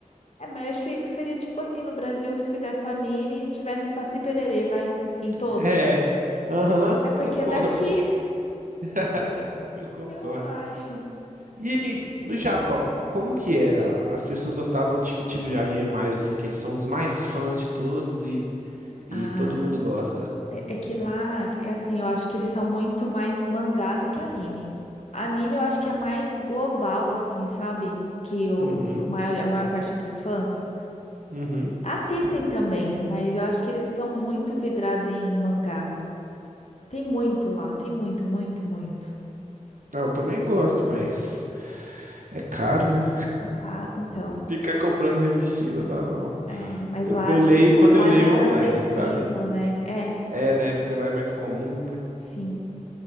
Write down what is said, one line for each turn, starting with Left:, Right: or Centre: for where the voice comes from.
Left: É, mas eu acho que seria tipo assim no Brasil se fizesse um anime e tivesse o Saci Pererê, vai, em todos.
Right: É. Aham,
Left: É porque
Right: concordo.
Left: é daqui,
Right: <laughs> Eu concordo.
Left: <laughs> eu acho.
Right: E aí, no Japão, como que era lá? As pessoas gostavam de que tipo de anime mais, assim, que eles são os mais fãs de todos e, e
Left: Ah,
Right: todo mundo gosta.
Left: é, é que lá é assim, eu acho que eles são muito mais mangá do que anime. Anime eu acho que é mais global, assim, sabe? Que o-
Right: Uhum,
Left: os, o maior, a maior parte dos fãs.
Right: uhum.
Left: Assistem também, mas eu acho que eles são muito vidrados em mangá. Tem muito lá, tem muito, muito, muito.
Right: Ah, eu também gosto, mas é caro, né?
Left: O cara, então,
Right: Ficar comprando revistinha não dá, não.
Left: é, mas
Right: Eu,
Left: lá
Right: eu
Left: acho
Right: leio
Left: que
Right: quando
Left: lá
Right: eu leio
Left: é mais
Right: online,
Left: acessível,
Right: sabe?
Left: né? É,
Right: É, né? Porque lá é mais comum, né?
Left: sim.